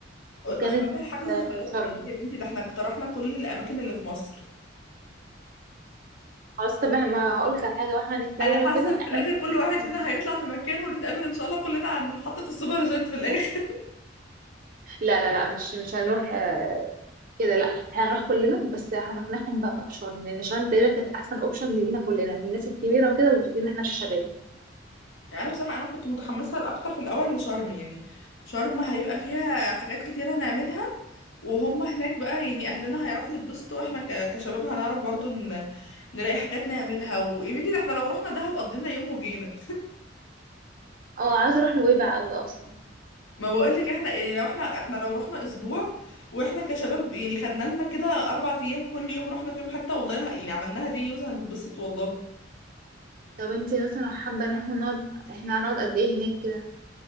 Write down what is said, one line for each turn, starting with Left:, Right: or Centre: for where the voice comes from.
Right: وكانت
Left: حوار الحجز
Right: آه،
Left: خلاص
Right: شرم
Left: ايه يا بنتي ده احنا اقترحنا كل الأماكن اللي في مصر
Right: خلاص طب ما هقول لك على حاجة واحنا هنتكلم
Left: انا حاسه
Right: وكده
Left: ان في
Right: احنا
Left: الاخر
Right: مثلا
Left: كل واحد
Right: هنروح
Left: فينا
Right: شرم
Left: هيطلع في مكان ونتقابل ان شاء الله كلنا عند محطه السوبر جيت في الاخر
Right: لا لا لا مش مش هنروح آه، كده لا احنا هنروح كلنا بس هنقنعهم بقى بشرم لأن شرم تقريبا كانت أحسن أوبشن لينا كلنا للناس الكبيرة وكده ولينا احنا كشباب
Left: <laughs> يعني انا بصراحه انا كنت متحمسه اكتر في الاول لشرم يعني شرم هيبقى فيها حاجات كتيره نعملها وهم هناك بقى يعني اهلنا هيعرفوا يتبسطوا واحنا ك- كشباب هنعرف برضو ن- نلاقي حاجات نعملها ويا بنتي ده احنا لو رحنا دهب قضينا يوم وجينا
Right: اه عايزة أروح نويبع أوي أصلا
Left: ما بقولك احنا يعني لو احنا احنا لو رحنا اسبوع واحنا كشباب يعني خدنا لنا كده اربع ايام كل يوم رحنا فيهم حته والله يعني عملناها دي يوز هنتبسط والله
Right: طب انت مثلا حابة ان احنا نقعد احنا هنقعد قد ايه هناك كده